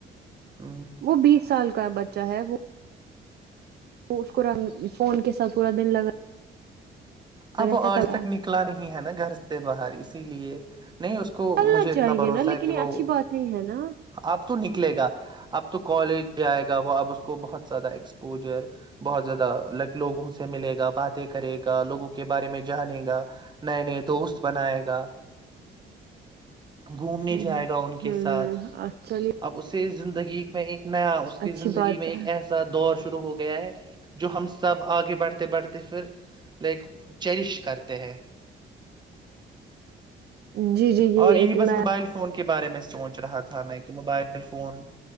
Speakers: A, on the right (about 20°); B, on the right (about 55°).
A: ہ
B: وہ بیس سال کا بچہ ہے وہ اس کو رنگ فون کے ساتھ پورا دن لگا
A: اب
B: رہتا
A: وہ آج
B: ہے تب
A: تک نکلا نہیں ہے نا گھر سے باہر اس اسی لیے نہیں اس کو
B: چلنا
A: مجھے اتنا
B: چاہیے
A: بھروسہ
B: نا لیکن
A: ہے کہ
B: یہ
A: وہ
B: اچھی بات نہیں ہے نا
A: اب تو نکلے گا اب تو کالج جائے گا وہ اب اس کو بہت زیادہ ایکسپوجر بہت زیادہ لائک لوگوں سے ملے گا باتیں کرے گا لوگوں کے کے بارے میں جانے گا نئے نئے دوست بنائے گا گھومنے
B: ہ
A: جائے گا ان کے
B: ہ
A: ساتھ
B: ہ چلیے
A: اب اسے زندہ کی میں ایک نیا اس کی
B: اچھی
A: زندگی
B: بات
A: میں ایک
B: ہے
A: ایسا دور شروع ہو گیا ہے جو ہم سب آگے بڑھتے بڑھتے پھر لائک چیریش کرتے ہیں
B: جی جی یہ
A: اور یہی
B: ایک
A: بس
B: نیا
A: موبائل فون بارے میں سوچ رہا تھا میں کہ موبائل موبائل فون